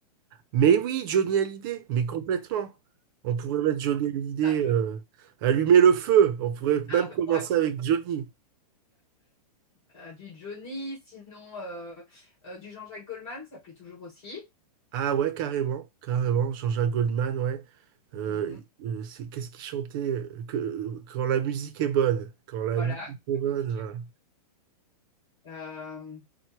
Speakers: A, on the right (about 35°); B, on the left (about 30°).
A: Mais oui, Johnny Hallyday, mais complètement. On pourrait mettre Johnny Hallyday,
B: Ah, je-
A: euh, allumer le feu. On pourrait
B: ah,
A: même
B: ben,
A: commencer
B: ouais.
A: avec Johnny.
B: euh, du Johnny, sinon euh, euh, du Jean-Jacques Goldman, ça plaît toujours aussi.
A: Ah ouais, carrément, carrément, Jean-Jacques Goldman, ouais. Euh,
B: Mhm.
A: euh, c'est qu'est-ce qu'il chantait euh, que, euh, quand la musique est bonne, quand la
B: Voilà.
A: musique est
B: la
A: bonne,
B: musique.
A: voilà.
B: Euh,